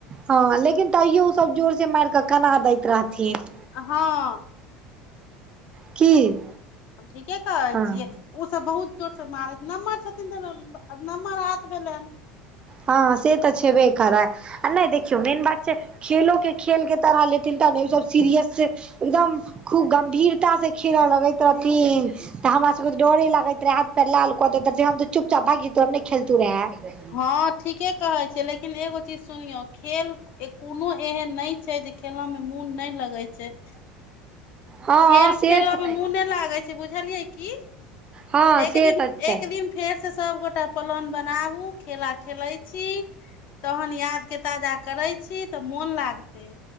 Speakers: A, on the right; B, on the left.
A: हँ लेकिन तैयो ऊसभ जोर से मारि कऽ कना दैत रहथिन।
B: हँ।
A: की?
B: हम ठीके कहै
A: हँ
B: छियै ऊ सब बहुत जोर से मारै छै नम्हर छथिन त अब नम्हर हाथ भेलैन।
A: हँ से तऽ छेबे करै आ नहि देखियौ मेन बात छै खेलो के खेल के तरह लेथिन तब ने ऊ सब सीरियस एकदम खूब गम्भीरतासे खेलय लगैत रहथिन। तऽ हमरा सबके त डरे लागैत रहै, हाथ पैर लाल कऽ देत जे हम त चुपचाप भाइग जैतो हम नहि खेलतु रहेै।
B: हँ ठीके कहे छीयै लेकिन एगो चीज सुनियौ खेल कोनो एहन नहि छै जे खेलऽ में मोन नै लगे छै
A: हँ
B: खेल
A: से
B: खेलऽ
A: तऽ
B: मे मुने लागे छै बुझलियै की,
A: हँ
B: एक
A: से
B: दिन
A: तऽ छै
B: एक दिन फेरसे सबगोटा प्लान बनाबू, खेला खेलै छी तहन याद के ताजा करै छी तऽ मोन लागतै।